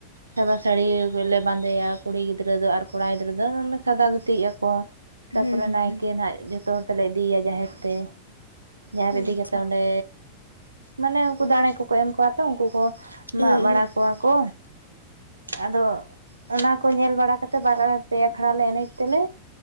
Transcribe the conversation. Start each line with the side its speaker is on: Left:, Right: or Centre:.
Right: ᱥᱟᱫᱟ ᱥᱟᱹᱲᱤᱞᱮ ᱵᱟᱸᱫᱮᱭᱟ ᱠᱩᱲᱤ ᱜᱤᱫᱽᱨᱟᱹ ᱫᱚ ᱟᱨ ᱠᱚᱲᱟ ᱜᱤᱫᱽᱨᱟᱹ ᱫᱚ ᱥᱟᱫᱟ ᱫᱷᱩᱛᱤᱜ ᱟᱠᱚ ᱛᱟᱨᱯᱚᱨᱮ
Left: ᱦᱮᱸ ᱦᱮᱸ
Right: ᱱᱟᱭᱠᱮ
Left: ᱦᱮᱸ
Right: ᱱᱟᱜ ᱡᱚᱛᱚ ᱦᱚᱲ ᱛᱮᱞᱮ ᱤᱫᱤᱭᱮᱭᱟ ᱡᱟᱦᱮᱨ ᱛᱮ᱾ ᱡᱟᱦᱮᱨ
Left: ᱚ
Right: ᱤᱫᱤ
Left: ᱟᱪᱪᱷᱟ
Right: ᱠᱟᱛᱮᱜ ᱚᱸᱰᱮ ᱢᱟᱱᱮ ᱩᱱᱠᱩ ᱫᱟᱲᱮ ᱠᱚᱠᱚ ᱮᱢ ᱠᱚᱣᱟ ᱛᱚ ᱩᱱᱠᱩ ᱠᱚ
Left: ᱦᱮᱸ
Right: ᱢᱟᱜ ᱵᱟᱲᱟ
Left: ᱦᱮᱸ
Right: ᱠᱚᱣᱟ ᱠᱚ ᱟᱫᱚ ᱚᱱᱟᱠᱚ ᱧᱮᱞ ᱵᱟᱲᱟ ᱠᱟᱛᱮᱫ ᱵᱟᱨ ᱯᱮ ᱟᱠᱷᱲᱟ ᱞᱮ ᱮᱱᱮᱡ ᱛᱮᱞᱮ